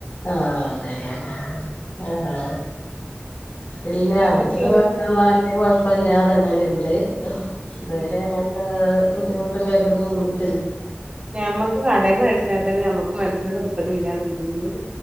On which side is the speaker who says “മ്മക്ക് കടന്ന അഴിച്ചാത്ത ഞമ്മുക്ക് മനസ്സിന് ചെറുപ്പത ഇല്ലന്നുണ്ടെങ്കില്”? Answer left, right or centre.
Right